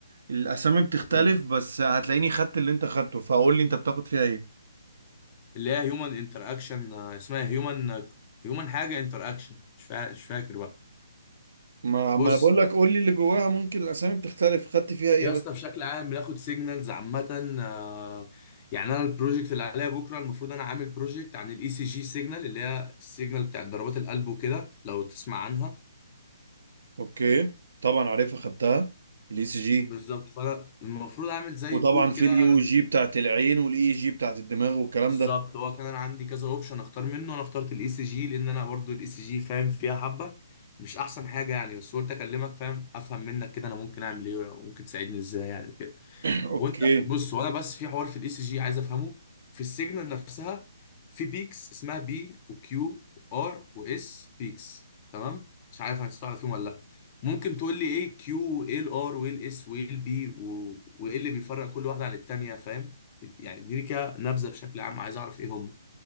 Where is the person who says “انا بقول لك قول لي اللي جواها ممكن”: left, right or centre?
Right